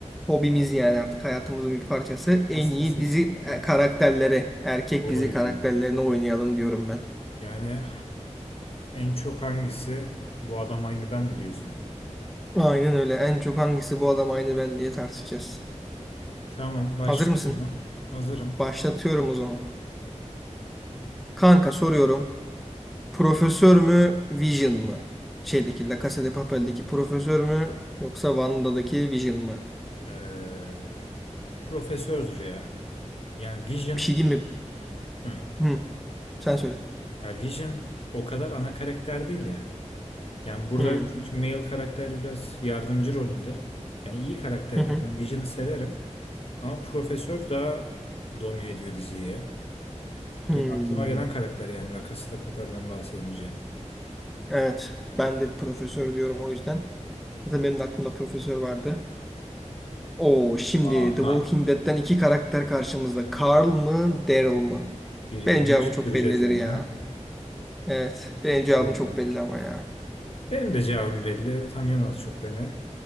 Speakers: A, in the centre; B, on the left.
A: Hobimiz yani artık hayatımızın bir parçası. En
B: Hastasıyız
A: iyi dizi
B: kanka.
A: e, karakterleri, erkek
B: Oy.
A: dizi karakterlerini oynayalım diyorum ben.
B: Yani en çok hangisi? Bu adam aynı ben mi diyorsun?
A: Aynen öyle. En çok hangisi bu adam aynı ben diye tartışacağız.
B: Tamam başlıyorum.
A: Hazır mısın?
B: lan. Hazırım.
A: Başlatıyorum o zaman. Kanka soruyorum. Profesör mü, Vision mı? Şeydeki La Casa de Papel'deki profesör mü yoksa Wanda'daki Vision mı?
B: Ee, profesördür ya. Yani Vision
A: Bir şey diyeyim mi?
B: hı.
A: Hı, sen söyle.
B: Ya Vision o kadar ana karakter değil ya. Yani burada
A: Hı,
B: çünkü male karakter biraz yardımcı rolünde. Yani iyi karakterine
A: hı, hı,
B: ben Vision'ı severim. Ama Profesör daha domine ediyor diziyi. ya.
A: hı.
B: Tek aklıma gelen karakter yani La Casa de Papel'den bahsedince.
A: Evet, ben de profesör diyorum o yüzden. Zaten benim de aklımda profesör vardı. Oo, şimdi
B: Aha.
A: The Walking Dead'ten iki karakter karşımızda. Carl mı, Daryl mı?
B: Birbirini
A: Benim cevabım
B: küstüreceğiz
A: çok bellidir
B: yani.
A: ya.
B: ha?
A: Evet, benim cevabım
B: Vallahi.
A: çok belli ama ya.
B: Benim de cevabım belli. Tanıyorsun az çok beni.